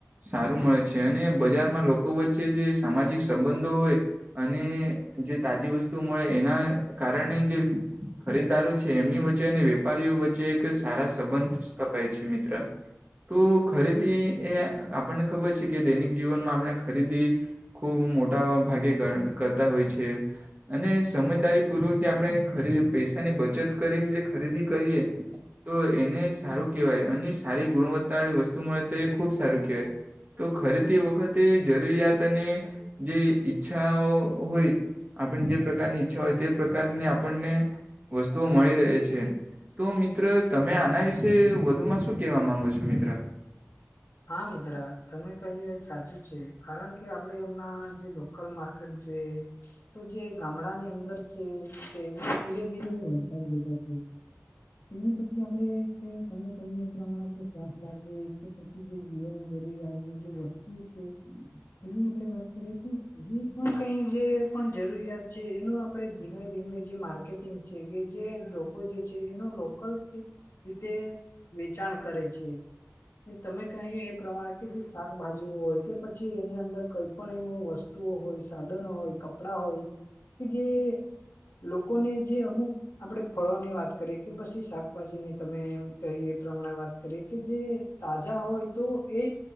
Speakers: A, on the right; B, on the left.
A: સારું મળે છે અને બજારમાં લોકો વચ્ચે જે સામાજિક સંબંધો હોય અને જે તાજી વસ્તુ મળે એના કારણે જે ખરીદદારો છે એમની વચ્ચે અને વેપારીઓ વચ્ચે એક સારા સંબંધ સ્થપાય છે મિત્ર તો ખરીદી એ આપણને ખબર છે કે દૈનિક જીવનમાં આપણે ખરીદી ખુબ મોટા ભાગે કરતા હોય છે. અને સમજદારી પૂર્વક જે આપણે ખરી પૈસાની બચત કરીને જે ખરીદી કરીએ. તો એને સારું કહેવાય અને સારી ગુણવત્તા વાળી વસ્તુ મળે તો એ ખુબ સારું કહેવાય તો ખરે તે વખતે જરૂરિયાત અને જે ઈચ્છાઓ હોય આપણે જે પ્રકારની ઈચ્છા હોય તે પ્રકારની આપણને વસ્તુઓ મળી રહે છે તો મિત્રો તમે આના વિશે વધુમાં શું કેવા માંગુ છો મિત્ર
B: હા, મિત્ર તમે કહી સાચું છે કારણ કે આપડે એમના જે લોકલ માર્કેટ જે તો જે ગામડાની અંદર છે છે એ ધીરે ધીરે વતા જ જતા એની પછી આપડે કઈ તમે કહીએ એ પ્રમાણે કે શાકભાજી કે પછી જે જીવન જરૂરી આજની જે વસ્તુ છે. એની આપડે વાત કરી હતી તો જે પણ કઈ જે પણ જરૂરિયાત છે એનું આપડે ધીમે ધીમે જે માર્કેટિંગ છે કે જે લોકો જે છે. એનો લોકલ રીતે વેચાણ કરે છે. એ તમે કહ્યું એ પ્રમાણે કે જે શાકભાજી હોય કે પછી એની અંદર કઈ પણ એમ વસ્તુ. વસ્તુ હોય, સાધનો હોય, કપડા હોય કે જે લોકોને જે અમુક આપડે ફળોની વાત કરી કે પછી શાકભાજી ની તમે એમ કહીએ પ્રમાણે વાત કરીએ કે જે તાજા હોય તો એ